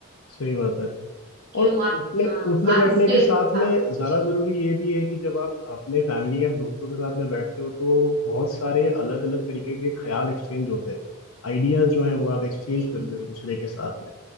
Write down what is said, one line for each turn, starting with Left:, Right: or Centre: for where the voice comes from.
Left: सही बात है
Right: क्यों
Left: और उठने
Right: आप हाँ,
Left: उठने
Right: आप
Left: बैठने
Right: इस पे
Left: के साथ
Right: हाँ
Left: में ज़रा
Right: जी
Left: ज़रूरी ये भी है कि जब आप अपने फैमिली या दोस्तों के साथ में बैठते हो तो बहुत सारे अलग अलग तरीके के ख्याल एक्सचेंज होते हैं आइडियाज़ जो हैं वो आप एक्सचेंज
Right: जी
Left: करते हो एक दूसरे के साथ में